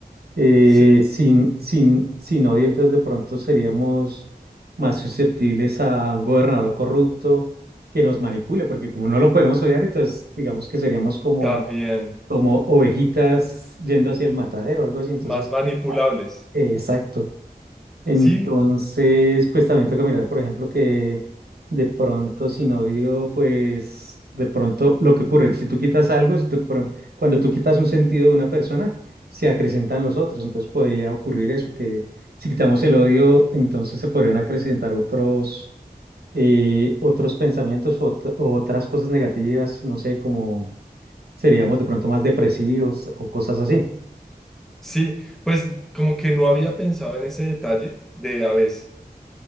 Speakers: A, on the right; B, in the centre.
A: Eh,
B: sí,
A: sin, sin, sin odio, entonces de pronto seríamos más susceptibles a un gobernador corrupto que nos manipule, porque como no lo podemos odiar, entonces digamos que seríamos como,
B: también
A: como ovejitas yendo hacia el matadero, algo así. Entonces,
B: más manipulables.
A: eh, exacto. Entonces,
B: Sí,
A: pues también toca mirar, por ejemplo, que de pronto sin odio, pues de pronto lo que ocurre, si tú quitas algo, si tú- por ejemplo, cuando tú quitas un sentido de una persona, se acrecentan los otros, entonces podría ocurrir eso, que si quitamos el odio, entonces se podrían acrecentar otros, eh, otros pensamientos o ot- o otras cosas negativas, no sé, como seríamos de pronto más depresivos o cosas así.
B: sí, pues como que no había pensado en ese detalle de a veces